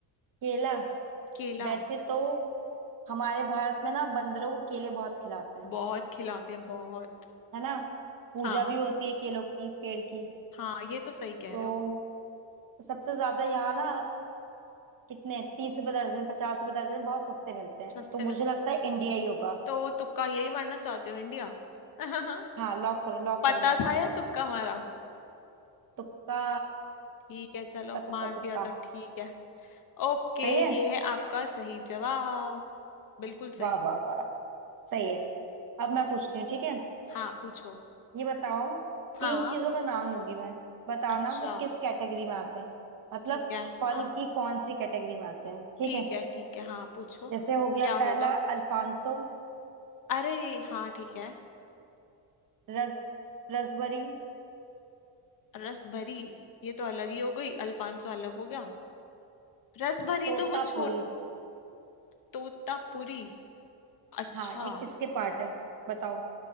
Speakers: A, on the right; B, on the left.
A: केला
B: केला
A: वैसे तो हमारे भारत में ना बंदरों को केले बहुत खिलाते हैं
B: बहुत खिलाते हैं बहुत
A: है ना पूजा
B: हाँ
A: भी होती है केलों की पेड़ की
B: हाँ ये तो सही कह
A: तो
B: रहे हो
A: तो सबसे ज्यादा यहाँ ना कितने तीस रुपए दर्जन पचास रुपए दर्जन बहुत सस्ते मिलते हैं
B: सस्ते
A: तो
B: में
A: मुझे लगता है इंडिया ही होगा
B: तो तुक्का यही मारना चाहते हो इंडिया <laughs>
A: हाँ लॉक करो लॉक
B: पता
A: करो लॉक
B: था
A: करो
B: या तुक्का मारा
A: तुक्का
B: ठीक है चलो
A: तुक्का तुक्का
B: मार
A: तुक्का
B: दिया तो ठीक है ओके
A: सही है
B: ये है आपका सही जवाब बिल्कुल
A: वाह
B: सही
A: वाह वाह सही है अब मैं पूछती हूँ ठीक है
B: हाँ पूछो
A: ये बताओ तीन
B: हाँ
A: चीजों का नाम लूंगी मैं बताना
B: अच्छा
A: वो किस कैटेगरी में आते हैं मतलब
B: ठीक है
A: फल
B: हाँ
A: की कौन सी कैटेगरी में आते हैं ठीक
B: ठीक
A: है
B: है ठीक है हाँ पूछो
A: जैसे हो गया
B: क्या
A: पहला
B: होगा
A: अल्फांसो
B: अरे हाँ ठीक है
A: रस रसबरी
B: रस भरी ये तो अलग ही हो गई अल्फांसो अलग हो गया रस भरी
A: तोतापुरी
B: तो वो छो तोतापुरी अच्छा
A: हाँ ये किसके पार्ट है बताओ